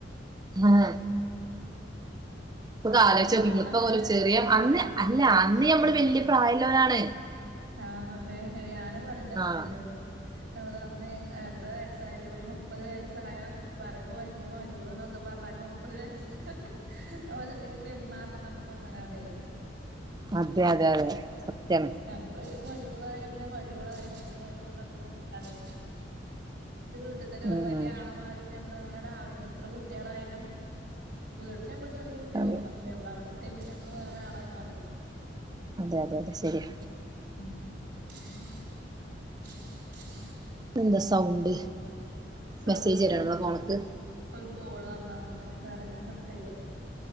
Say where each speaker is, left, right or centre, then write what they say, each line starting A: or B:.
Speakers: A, on the right; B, on the right.
A: ആഹ് ഇപ്പൊ ക്കെ
B: അന്നൊന്നും
A: ആലോയ്ച്ചോക്കി ഇങ്ങൾ ഇപ്പോ
B: അങ്ങനെ
A: ഓല് ചെറിയ
B: ഇത് ആഹ്
A: അന്ന് അല്ല അന്ന് ഞമ്മള് വല്യ പ്രായള്ളോരാണ്
B: ആണതെ ഞാനഹ് പറയും ന്റെ ഹസ്ബൻഡിനോട്
A: ആഹ്
B: നമ്മള് അന്ന് എഹ് എത്ര വയസ്സായാലും ഒരു മുപ്പത് വയസ്സായ പറയുമ്പോ വല്ല്യ മരാേള് ന്നൊക്കെ പറഞ്ഞാൽ മുപ്പത് വയസ്സായ ഓലതീല് പെരുമാറണം ന്നൊക്കെ ക്കെ പർഞ്ഞ്ങ്ങാണ്ടെയ്
A: അതെ അതെ അതെ സത്യാണ്
B: നമ്മള് മര്യോളായാ പിന്നെ മര്യോള് ആയി വല്ല്യ മര്യോള് ന്നൊക്കെ പറഞ്ഞ്ങ്ങാണ്ടെ ഒര് വീട്ടിത്തെ ഒരു
A: ഉം
B: വല്ല്യ
A: ഉം
B: ആളെ മായ്രി നമ്മള് അങ്ങനെട് ആവണ്ടെ എത്ര കുട്ട്യാളായാലും വീട്ടില് നമ്മള് ചെറിയ കുട്ട്യാകും
A: അതെ
B: പശെ ശെ നമ്മള് അവ്ടെ എത്തിയാ പിന്നെ നമ്മള് വേറെ ആളായി മാറിയിലേ
A: അതെ അതെ അത് ശരിയാ
B: ഉം
A: എന്താ സൗണ്ട്
B: സൗണ്ട്
A: മെസ്സേജ് വരാണോ
B: തിരിക്കും
A: ഫോണ്ക്ക്
B: ഒരു കോള് വന്നാ ഓണ് ണ്ട് വേറെ ഞാൻ കട്ടെയ്തു